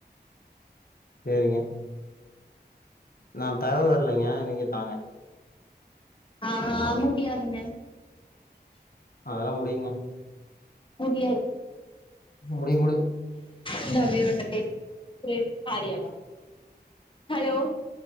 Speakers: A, on the left (about 60°); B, on the left (about 30°).
A: சேரிங்க நா தர வர்லைங்க நீங்க தாங்க
B: அஹா முடியாதுங்க
A: அதல்லா முடியுங்க
B: முதியாது
A: முடியு முடியு
B: இந்தா அப்டியே அவன்ட்ட பேஸ் <inaudible> ஆரியாவா ஹலோ